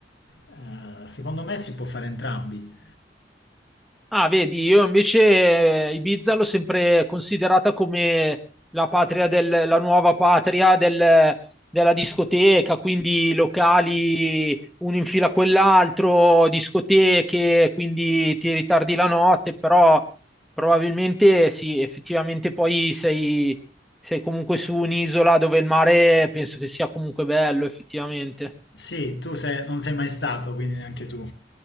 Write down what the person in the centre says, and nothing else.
Ah, vedi, io invece eh, Ibiza l'ho sempre considerata come la patria del, la nuova patria del- della discoteca, quindi locali uno in fila a quell'altro, discoteche, quindi ti ritardi la notte, però probabilmente sì, effettivamente poi sei, sei comunque su un'isola dove il mare penso che sia comunque bello, effettivamente.